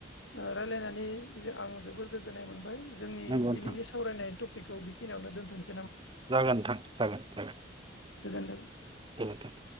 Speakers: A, on the left (about 70°); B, on the right (about 25°).
A: ओ रायलायना नै आं जोबोर गोजोननाय मोनबाय जोंनि
B: नंगौ
A: दिनैनि
B: नोंथां
A: सावरायनाय थ बेखौ बेखिनियावनो दोनथनसै
B: जागोन नोंथां जागोन जागोन
A: गोजोनथों।
B: गोजोनथों